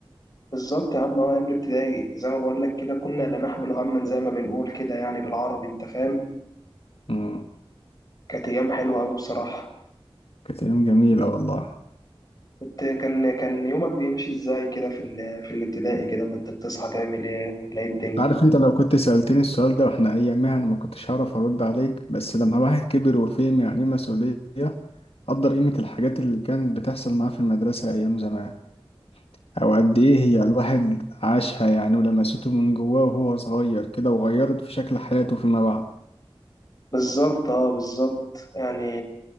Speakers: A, on the left (about 40°); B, on the left (about 80°).
A: بالظبط يا عم اه ايام الابتدائي زي ما بقول لك كده كنا لا نحمل هما زي ما بنقول كده يعني بالعربي انت فاهم
B: امم
A: كانت أيام حلوة أوي بصراحة
B: كانت ايام جميلة والله
A: كنت كان كان يومك بيمشي إزاي كده في ال... في الابتدائي كده كنت بتصحى تعمل إيه ولا إيه الدنيا
B: عارف انت لو كنت سألتني السؤال ده واحنا ايامها انا ما كنتش هعرف ارد عليك بس لما الواحد كبر وفهم يعني ايه مسؤولية قدر قيمة الحاجات اللي كانت بتحصل معاه في المدرسة ايام زمان او قد ايه هي الواحد عاشها يعني ولمسته من جواه وهو صغير كده وغيرت في شكل حياته فيما بعد
A: بالظبط أه بالظبط يعني